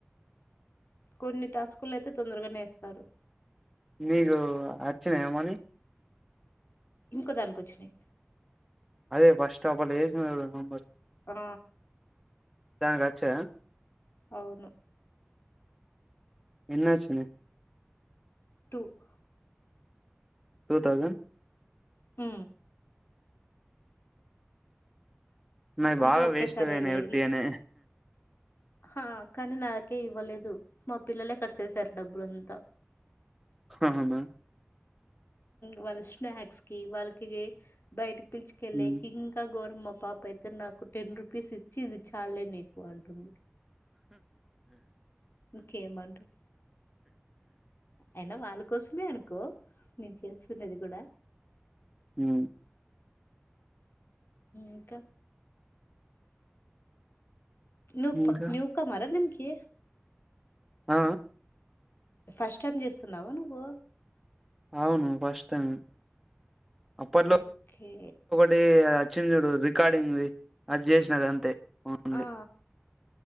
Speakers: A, on the left; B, in the centre.
A: కొన్ని టాస్కుల్లో అయితే తొందరగానే ఎస్తారు
B: మీకు <unintelligible> మరి
A: ఇంకో దానికి కోచ్చినాయి
B: అదే పస్టాప్ అట్లా చేసిన నంబర్
A: ఆ
B: దానికొచ్చాయ
A: అవును
B: ఎన్నొ <unintelligible>
A: <unintelligible>
B: టూ థౌజన్
A: ఉ
B: <unintelligible>
A: అంతా ఒకేసారే
B: వేస్ట్ బొయినయ్
A: వేయలే
B: వొట్టిగానే
A: హా కానీ నాకే ఇవ్వలేదు మా పిల్లలే కడ్సేసరు డబ్బులంత
B: ఆహా
A: వాళ్ళ స్నాక్స్ కి వాళ్కి బయట పిల్చెకేళ్ళేకి
B: ఉమ్
A: ఇంకా గోరమ్ మాపాప అయితే నాకు టెన్ రూపీస్ ఇచ్చి ఇది చాల్లేనీకు అంటుంది ఇంకేమంటారు అయినా వాళ్ళ కోసమే అనుకో నేను చేస్తున్నది గూడ
B: ఉ
A: ఇంకా నూక్
B: ఇంకా
A: న్యూకమర దీన్కి
B: ఆ
A: ఫస్ట్ టైం జేస్తున్నావా నువ్వు
B: అవును ఫస్ట్ టైమె అప్పట్లో
A: ఓకే
B: టే అచ్చించూడు రికార్డింగ్ ది అదిజేసిన అంతే అవునండి
A: ఆ ఆ.